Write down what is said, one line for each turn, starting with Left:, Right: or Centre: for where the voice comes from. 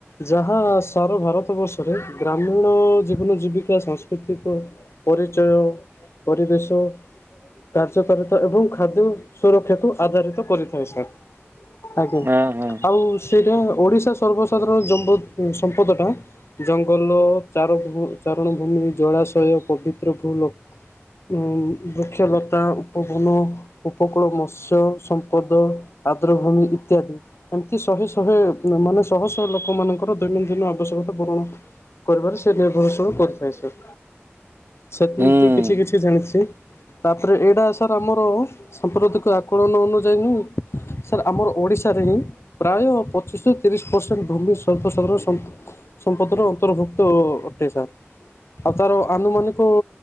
Left: ଯାହା ସାରା ଭାରତବର୍ଷରେ ଗ୍ରାମୀଣ ଜୀବନ ଜୀବିକା ସାଂସ୍କୃତିକ ପରିଚୟ ପରିବେଶ କାର୍ଯ୍ୟକାରିତା ଏବଂ ଖାଦ୍ୟ ସୁରକ୍ଷାକୁ ଆଧାରିତ କରିଥାଏ ସାର୍। ଆଜ୍ଞା
Right: ହଁ ହଁ
Left: ଆଉ ସେଇଟା ଓଡିଶା ସର୍ବସାଧାରଣ ଜମ୍ପ ସସମ୍ପଦ ଟା ଜଙ୍ଗଲ ଚାରଭୁ ଚାରଣଭୂମି ଜଳାଶୟ ପବିତ୍ର ଫୁଲ ହୁଁ ବୃକ୍ଷଲତା ଉପବନ ଉପକୂଳ ମତ୍ସ୍ୟ ସମ୍ପଦ ଆଦ୍ରଭୂମି ଇତ୍ୟାଦି। ଏମିତି ଶହେ ଶହେ ମାନେ ଶହ ଶହ ଲୋକମାନାଙ୍କର ଦୈନନ୍ଦିନ ଆବଶ୍ୟକତା ପୂରଣ କରିବାରେ ସେ ନିର୍ଭରଶୀଳ କରିଥାଏ ସାର୍ ସେମିତି
Right: ହୁଁ
Left: କିଛି କିଛି ଜାଣିଚି। ତାପରେ ଏଇଟା ସାର୍ ଆମର ସାମ୍ପ୍ରତିକ ଆକଳନ ଅନୁଯାୟୀ ନୁହୁ ସାର୍ ଆମର ଓଡ଼ିଶାରେ ହିଁ ପ୍ରାୟ ପଚିଶରୁ ତିରିଶ ପରସେଣ୍ଟ ଭୂମି ସର୍ବସାଧାରଣ ସମ୍ପ ସମ୍ପଦର ଅନ୍ତର୍ଭୁକ୍ତ ଅଟେ ସାର୍ ଆଉ ତାର ଆନୁମାନିକ